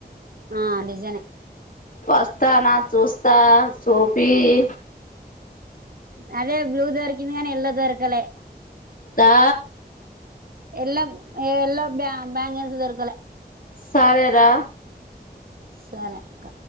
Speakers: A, on the right; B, on the left.
A: ఆ డిజనే
B: వస్తనా చూస్త చూపియ్
A: అదే బ్లూ దొరికింది కాని యెల్లో దొరకలే
B: దా
A: యెల్లో యెల్లో బా బ్యాంగిల్స్ దొరకలే
B: సరే రా
A: సరే అక్క